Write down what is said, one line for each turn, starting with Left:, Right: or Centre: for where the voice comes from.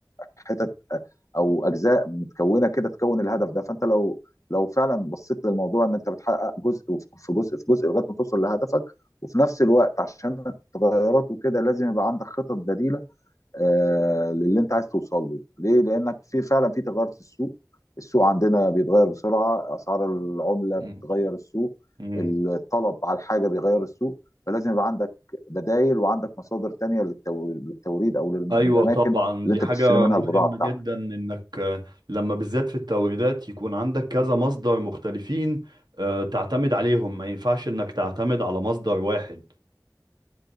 Left: حتت او اجزاء متكونه كده تكون الهدف ده فانت لو لو فعلا بصيت للموضوع ان انت بتحقق جزء في جزء في جزء لغايه ما توصل لهدفك وفي نفس الوقت عشان التغيرات وكده لازم يبقى عندك خطط بديله آه للي انت عايز توصل له ليه لانك في فعلا في تغير في السوق السوق عندنا بيتغير بسرعه اسعار العمله
Right: مم.
Left: بتغير السوق
Right: مم.
Left: الطلب على الحاجه بيغير السوق فلازم يبقى عندك بدايل وعندك مصادر تانية للتو- للتوريد او للم-
Right: ايوه
Left: للاماكن
Right: طبعا
Left: اللي
Right: دي
Left: انت
Right: حاجة
Left: بتشتري منها
Right: مهمة
Left: البضاعه بتاعتك
Right: جدا انك آه، لما بالذات في التوريدات يكون عندك كذا مصدر مختلفين آه، تعتمد عليهم ما ينفعش انك تعتمد على مصدر واحد